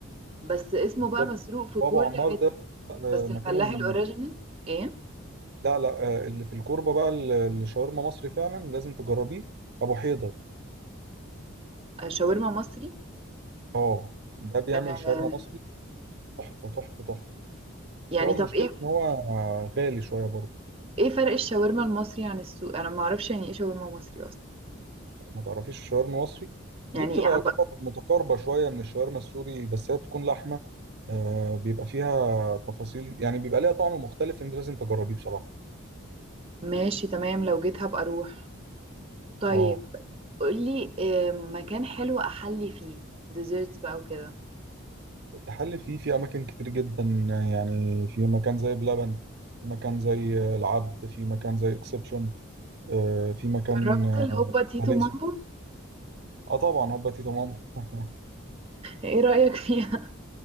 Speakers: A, on the right; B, on the right.
A: بس اسمه
B: بالظبط
A: بقى مسروق في كل
B: وابو عمار
A: حتة
B: ده آه،
A: بس الفلاح
B: مكانه الم-
A: الاوريجينال ايه
B: لا لا آه، اللي في الكوربه بقى اللي اللي شاورما مصري فعلا لازم تجربيه ابو حيدر
A: آه، شاورما مصري
B: اه ده بيعمل
A: آه
B: شاورما مصري تحفه تحفه تحفه
A: يعني
B: بس هو المشكله
A: طب ايه
B: ان هو آه، غالي شويه برضه
A: ايه فرق الشاورما المصري عن السوق انا ما اعرفش يعني ايه شاورما مصري اصلا
B: ما تعرفيش الشاورما المصري
A: يعني
B: دي بتبقى
A: إيه
B: يعتبر
A: أبقى-
B: متقاربة شوية من الشاورما السوري بس هي بتكون لحمة آه بيبقى فيها تفاصيل يعني بيبقى ليها طعم مختلف انت لازم تجربيه بصراحة
A: ماشي تمام لو جيت هبقى اروح طيب
B: اه
A: قولي آه، مكان حلو احلي فيه ديزرتس بقى وكده
B: التحلي فيه في اماكن كتير جدا يعني في مكان زي بلبن في مكان زي العبد في مكان زي اكسبشن آه في مكان
A: جربت
B: آه
A: الهوبا تيتو
B: تحلية
A: مامبو
B: سك- اه طبعا هوبا تيتو مامبو <laughs>
A: ايه رأيك فيها